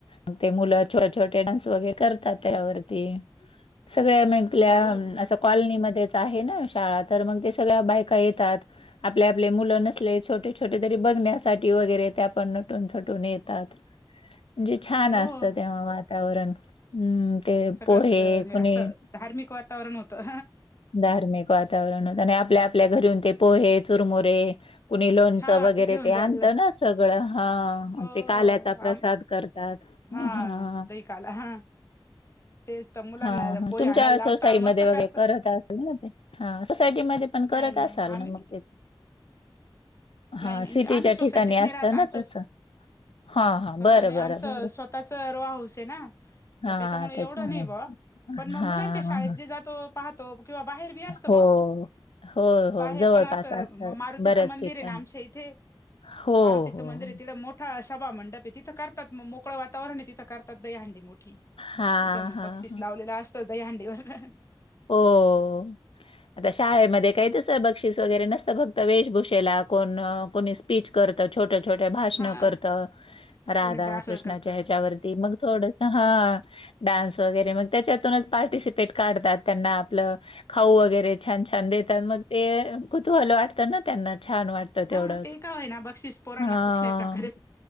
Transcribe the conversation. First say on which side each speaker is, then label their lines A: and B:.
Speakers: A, on the left (about 80°); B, on the left (about 30°).
A: मग ते मुलं छोटे
B: हम्म
A: डान्स वगैरे करतात त्यावरती, सगळ्या
B: हो
A: असं कॉलनी मधे आहे ना शाळा, तर मग ते सगळ्या बायका येतात. आपले आपले मुलं नसले छोटे छोटे तरी, बघण्यासाठी ते न टून येतात, म्हणजे छान
B: हो.
A: असत तेव्हा वातावरण. हम्म
B: हम,
A: ते
B: सगळं
A: पोहे कुणी
B: अ असं धार्मिक वातावरण होतं.
A: धार्मिक वातावरण होत आणि आपल्या आपल्या घरीन ते पोहे, चुरमुरे कुणी लोणचं
B: हा
A: वगैरे
B: घेऊन
A: ते आणत
B: जायला
A: ना सगळं हा.
B: हो
A: आणि ते काल्याचा प्रसाद
B: आम
A: करतात
B: हा
A: ह.
B: दही काला हा. तेच तर मुलांना
A: हा ह
B: पोहे
A: तुमच्या
B: आणायला
A: सोसायटीमध्ये
B: लावता मस्त
A: वगैरे
B: करतात.
A: करत असेल ना ते? हा सोसायटीमध्ये पण
B: नाही
A: करत
B: नाही
A: असाल
B: आम्ही
A: ना मग ते?
B: नाही
A: हां,
B: नाही
A: सिटीच्या
B: आम्ही सोसायटीत
A: ठिकाणी
B: नाही
A: असतं
B: राहत आमचं
A: ना तसं. हां, हां.
B: हा
A: बरं,
B: नाई
A: बरं,
B: आमचं
A: बरं.
B: स्वतःच रो हाउस हे ना मग
A: हां,
B: त्येच्यामुळे
A: त्याच्यामुळे.
B: एवढं नाही बुवा पण म
A: हां,
B: मुलांच्या
A: हां.
B: शाळेत जे जातो पाह त किंवा बाहेर बी असत
A: हो.
B: बो,
A: हो, हो.
B: बाहेर
A: जवळपास
B: पण अस
A: असतात
B: मारुतीच
A: बऱ्याच
B: मंदिर
A: ठिकाणी.
B: ये ना इथे
A: हो,
B: मारुतीच
A: हो,
B: मंदिरय
A: हो.
B: तिकडं मोठ सभा मंडप हे तिथं करतात मोकळं वातावरण हे तिथं करतात दही हंडी मोठ ठी,
A: हां,
B: तिथं मग
A: हां.
B: बक्षीस लावलेलं असत दहीहंडी वरन
A: हो, आता शाळेमध्ये
B: हम्म
A: काय तसं ब क्षीस वगैरे नसतं फक्त वेशभूषेला कोन कोणी स्पीच करत छोट्या, छोट्या भाषणं
B: हा
A: करत राधा
B: कोणी डान्स
A: कृष्णाच्या
B: करत हा
A: ह्याच्यावरती मग थोडस हा, डान्स वगैरे मग त्याच्यातूनच पार्टिसिपेट काढतात त्यांना आपलं खाऊ वगैरे छान, छान देतात मग ते कुतुहल वाटतं ना त्यांना छान वाटतं ते तेवढंच
B: हा मग का होय ना बक्षीस पोरांना
A: हां,
B: कुठल्याही प्रकारे